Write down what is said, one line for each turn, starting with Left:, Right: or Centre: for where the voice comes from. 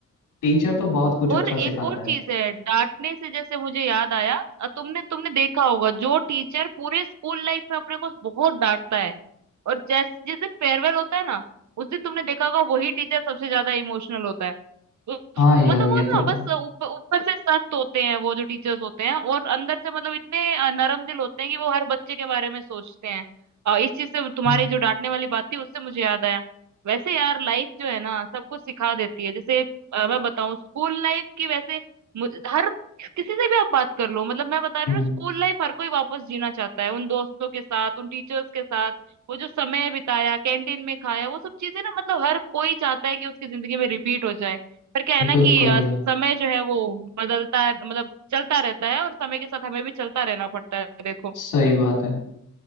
Left: टीचर तो बहुत कुछ
Right: और
Left: अच्छा
Right: एक
Left: सिखाता
Right: और
Left: है
Right: चीज है डांटने से जैसे मुझे याद आया अ, तुमने तुमने देखा होगा जो टीचर पूरे स्कूल लाइफ में अपने को बहुत डांटता है और जैस जिस दिन फेयरवेल होता है ना उस दिन तुमने देखा होगा वही टीचर सबसे ज्यादा इमोशनल होता है उसको
Left: हाँ यार
Right: मतलब
Left: ये
Right: वो ना
Left: तो है
Right: बस ऊपर ऊपर से सख्त होते हैं वो जो टीचर्स होते हैं और अंदर से मतलब इतने अ, नरम दिल होते हैं कि वो हर बच्चे के बारे में सोचते हैं अ, इस चीज से तुम्हारी
Left: हम्म
Right: जो डांटने वाली बात थी उससे मुझे याद आया वैसे यार लाइफ जो है ना सब कुछ सिखा देती है जैसे अ, मैं बताऊं स्कूल लाइफ की वैसे मुझ- हर किसी से भी आप बात कर लो मतलब मैं बता रही
Left: हम्म,
Right: हूँ स्कूल लाइफ हर कोई वापस जीना चाहता है उन दोस्तों के साथ उन टीचर्स के साथ वो जो समय बिताया कैंटीन में खाया वो सब चीजें ना मतलब हर कोई चाहता है कि उसकी जिंदगी में रिपीट हो जाए पर क्या है ना
Left: बिल्कुल
Right: कि अ,
Left: यार
Right: समय जो है वो बदलता है मतलब चलता रहता है और समय के साथ हमें भी चलता रहना पड़ता है देखो
Left: सही बात है